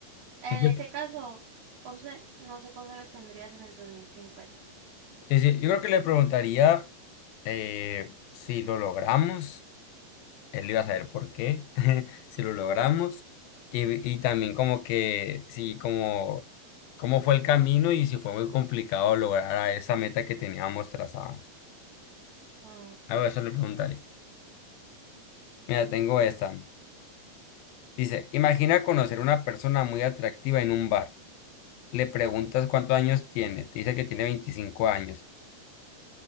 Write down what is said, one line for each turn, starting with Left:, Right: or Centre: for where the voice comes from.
Right: En
Left: em,
Right: ese
Left: em.
Right: caso, 11, no sé cuántos años tendrías en el dos mil cincuenta,
Left: Sí, sí, yo creo que le preguntaría eh, si lo logramos, él iba a saber por qué, <laughs> si lo logramos, y, y también como que, sí, como, cómo fue el camino y si fue muy complicado lograr a esa meta que teníamos trazada.
Right: Ah, ok.
Left: A ver, eso le preguntaría. Mira, tengo esta. Dice, imagina conocer una persona muy atractiva en un bar. Le preguntas cuántos años tiene, te dice que tiene 25 años.